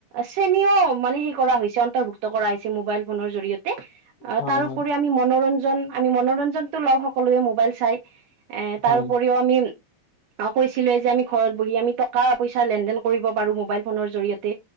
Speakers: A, on the right; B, on the left.
A: শ্ৰেণীও মানে সেই কৰা হৈছে অন্তৰ্ভুক্ত কৰা হৈছে মোবাইল ফোনৰ জৰিয়তে
B: হয়,
A: তাৰ
B: হয়,
A: ওপৰি মনোৰঞ্জন আমি মনোৰঞ্জনটো লওঁ সকলোৱে মোবাইল চাই তাৰপৰিও
B: হয়,
A: আমি কৈছিলে যে আমি ঘৰত বহি আমি টকা পইচা লেনদেন কৰিব পাৰো মোবাইল ফোনৰ জৰিয়তে।